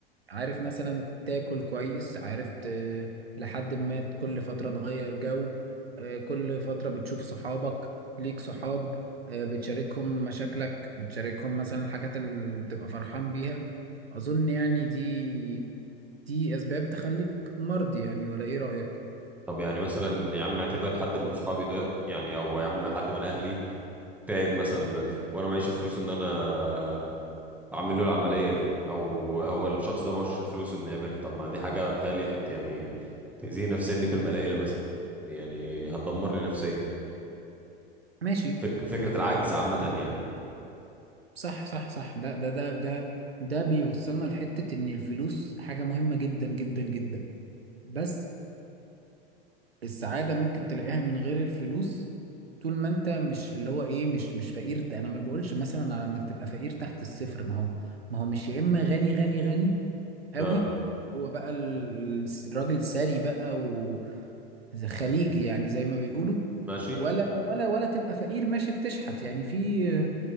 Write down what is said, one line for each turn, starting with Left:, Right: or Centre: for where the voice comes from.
Right: عارف مثلا تاكل كويس عارف ت- لحد ما كل فترة تغير جو آه، كل فترة بتشوف صحابك ليك صحاب آه، بتشاركهم مشاكلك بتشاركهم مثلا الحاجات اللي بتبقى فرحان بيها أظن يعني دي دي أسباب تخليك مرضي يعني ولا إيه رأيك؟
Centre: طب يعني مثلا يا عم اعتبر حد من صحابي ده يعني أو يا عم حد من أهلي تعب مثلا دلوقتي وأنا معيش فلوس إن أنا أعمل له العملية دي أو هو الشخص ده معهوش الفلوس إنه يعملها طب ما دي حاجة بتهيألي هت يعني تأذيه نفسيا دي كلمة قليلة مثلا يعني هتدمر لي نفسيا
Right: ماشي
Centre: فك... فكرة العجز
Right: آه،
Centre: عامة يعني
Right: صح صح صح ده ده ده ده ده بيوصلنا لحتة إن الفلوس حاجة مهمة جدا جدا جدا بس السعادة ممكن تلاقيها من غير الفلوس طول ما انت مش اللي هو ايه مش مش فقير انا ما بقولش مثلا على انك تبقى فقير تحت الصفر ما هو ما هو مش يا اما غني غني غني قوي
Centre: اه
Right: هو بقى ال- الراجل ثري بقى و زي- خليجي يعني زي ما بيقولوا
Centre: ماشي
Right: ولا ولا ولا تبقى فقير ماشي بتشحت يعني في